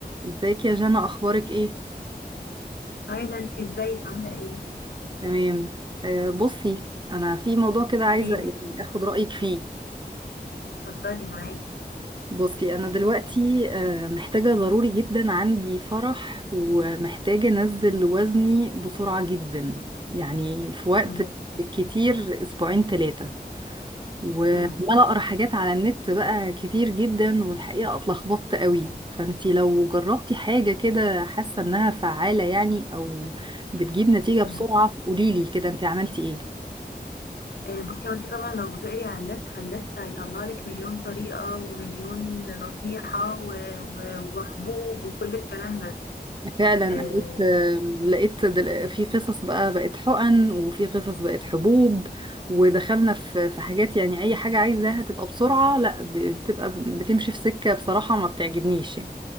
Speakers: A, on the right; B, on the left.
A: ازيك يا جنى اخبارك ايه
B: هاي نانسي ازيك عاملة ايه؟
A: تمام آه بصي انا في موضوع كده عايزه
B: قوليلي
A: يعني اخد رايك فيه
B: اتفضلي معاكي
A: بصي انا دلوقتي آه محتاجه ضروري جدا عندي فرح ومحتاجه انزل وزني بسرعه جدا يعني في وقت
B: مم.
A: كتير اسبوعين ثلاثه وعمالة
B: مم.
A: اقرا حاجات على النت بقى كتير جدا والحقيقة اتلخبطت قوي فانتي لو جربتي حاجة كده حاسة انها فعالة يعني او بتجيب نتيجة بسرعة
B: مم.
A: قوليلي كده انتي عملتي ايه
B: آه، بصي هو انت طبعا لو بتقري على النت فالنت هيطلع لك مليون طريقة ومليون نصيحة و... و... وحبوب وكل الكلام ده
A: فعلا
B: اه
A: قريت آم، لقيت دل- في قصص بقى بقت حقن وفي قصص بقت حبوب ودخلنا في في حاجات يعني اي حاجة عايزاها تبقى بسرعة لا ب- بتبقى بتمشي في سكة بصراحة ما بتعجبنيش يعني